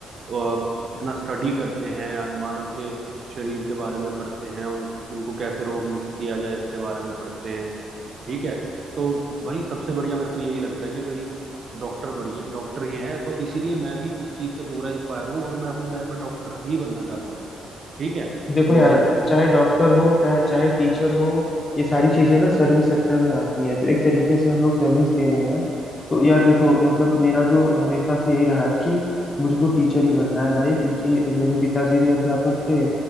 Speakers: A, on the right; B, on the left.
A: अ, इतना स्टडी करते हैं मानव के शरीर के बारे में पढ़ते हैं उन उनको कैसे रोग मुक्त किया जाए उसके बारे में पढ़ते हैं ठीक है तो भाई सबसे बढ़िया मेरे को यही लगता है कि भाई डॉक्टर बढ़िया डॉक्टर ही हैं तो इसीलिए मैं भी इस चीज़ से पूरा इंस्पायर हूँ और मैं अपनी लाइफ में डॉक्टर ही बनना चाहता हूँ ठीक है
B: देखो
A: मुझे
B: यार चाहे डॉक्टर हो टा- चाहे टीचर हो ये सारी चीजें ना सर्विस सेक्टर में आती हैं तो एक तरीके से हम लोग सर्विस दे रहे हैं तो यार देखो मतलब मेरा जो हमेशा से यही रहा है कि मुझे तो टीचर ही बनना है भाई क्योंकि मेरे पिताजी भी अध्यापक थे